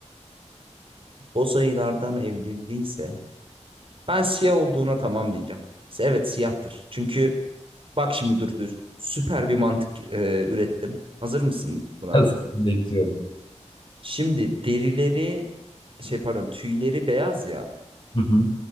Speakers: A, on the right; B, on the left.
A: Boz ayılardan evrildiyse ben siyah olduğuna tamam diyeceğim. İşte Evet siyahtır. Çünkü bak şimdi dur dur. Süper bir mantık e, ürettim. Hazır mısın buna?
B: Hazır. Bekliyorum.
A: Şimdi derileri şey pardon tüyleri beyaz ya.
B: Hı hı.